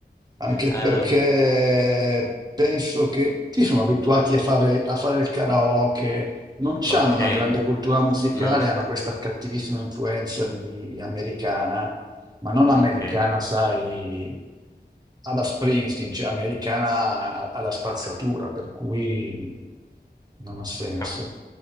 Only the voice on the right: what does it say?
Anche
perché penso che qui sono abituati a fare, a fare il karaoke, non
hanno una grande cultura musicale,
hanno questa cattivissima influenza di americana, ma non americana,
sai, alla Springsteen, cioè americana alla spazzatura, per cui non ha senso.